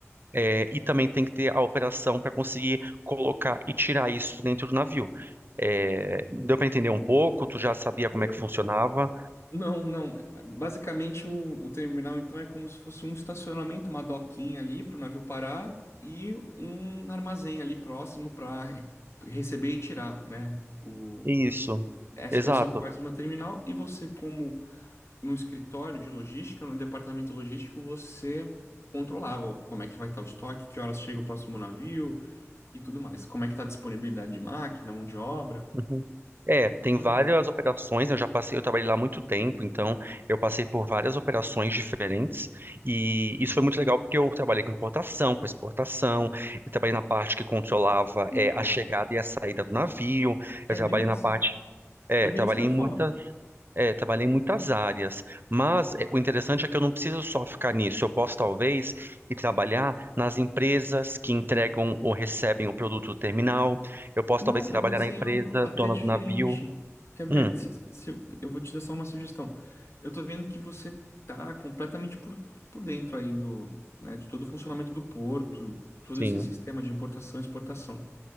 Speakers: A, on the right; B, on the left.
A: é, e também tem que ter a operação para conseguir colocar e tirar isso dentro do navio. É, deu para entender um pouco? Tu já sabia
B: Meu.
A: como é que funcionava?
B: Não, não. Basicamente, o, o terminal, então, é como se fosse um estacionamento, uma doquinha ali para o navio parar e um armazém ali próximo para receber e tirar, né? O,
A: Isso,
B: essa,
A: exato.
B: essa é só que faz uma terminal e você, como no escritório de logística, no departamento logístico, você controlava como é que vai estar o estoque, que horas chega o próximo navio e tudo mais. Como é que está a disponibilidade de máquina, mão de obra.
A: Uhum. É, tem
B: Maravilha.
A: várias operações, eu já passei, eu trabalhei lá há muito tempo, então eu passei por várias operações diferentes e isso foi muito legal porque eu trabalhei com importação, com exportação, eu trabalhei na parte que controlava
B: Então,
A: é, a chegada e a saída do navio,
B: é
A: eu trabalhei
B: bem
A: na
B: isso.
A: parte, é,
B: É bem
A: trabalhei
B: isso que eu
A: em
B: ia falar.
A: muitas é, trabalhei em muitas áreas, mas é, o interessante é que eu não preciso só ficar nisso. Eu posso talvez ir trabalhar nas empresas que entregam ou recebem o produto do terminal. Eu posso
B: Não,
A: talvez ir
B: eu
A: trabalhar
B: pensei
A: na empresa
B: em algo até
A: dona
B: diferente.
A: do navio.
B: Quer ver?
A: Hum,
B: Se, se eu eu vou te dar só uma sugestão. Eu tô vendo que você tá completamente por, por dentro aí do, né, de todo o funcionamento do porto, todo
A: sim.
B: esse sistema de importação e exportação.